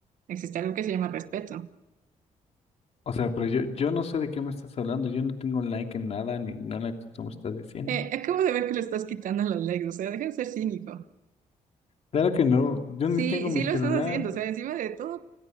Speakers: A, on the right; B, on the left.
A: Existe algo que se llama respeto.
B: o sea, pero yo, yo no sé de qué me estás hablando. Yo no tengo like en nada ni nada que tú me estás diciendo.
A: Eh, acabo de ver que le estás quitando los likes, o sea, deja de ser cínico.
B: Claro que no, yo
A: Sí,
B: ni tengo
A: sí
B: mi
A: lo
B: celular.
A: estás haciendo, o sea, encima de todo,